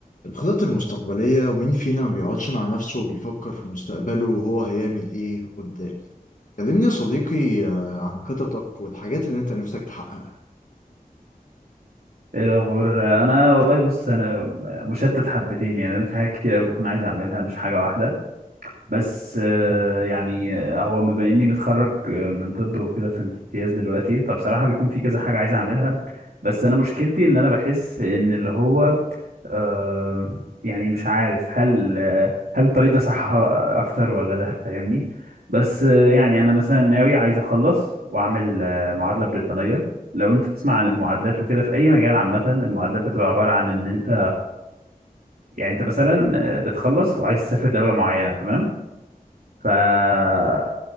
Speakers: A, on the left; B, on the right.
A: الخطط المستقبلية ومين فينا ما بيقعدش مع نفسه وبيفكر في مستقبله وهو هيعمل إيه قدام كلمني يا صديقي آه، عن خططك والحاجات اللي أنت نفسك تحققها
B: ايه الاخبار انا والله بص انا مشتت حبتين يعني انا في حاجات كتير قوي بكون عايز اعملها مش حاجه واحده بس آه، يعني آه، هو بما اني متخرج آه، من طب وكده في امتياز دلوقتي فبصراحه بيكون في كذا حاجه عايز اعملها بس انا مشكلتي ان انا بحس ان اللي هو آم، يعني مش عارف هل هل الطريق ده صح اكتر ولا ده فاهمني بس آه، يعني انا مثلا ناوي عايز اخلص واعمل آه، معادله بريطانيه لو انت تسمع عن المعادلات وكده في اي مجال عامه المعادلات بتبقى عباره عن ان انت يعني انت مثلا آه، بتخلص وعايز تسافر دوله معينه تمام ف آه،